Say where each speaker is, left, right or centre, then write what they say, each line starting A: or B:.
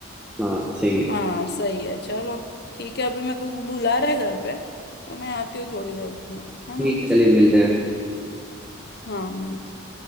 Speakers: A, in the centre; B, on the left (about 50°).
A: हाँ सही है
B: हाँ सही है चलो ठीक है अभी मेरे को बुला रहा है घर पे तो मैं आती हूँ थोड़ी देर में है
A: ठीक
B: ना
A: है चलिए मिलते हैं
B: हाँ मिलते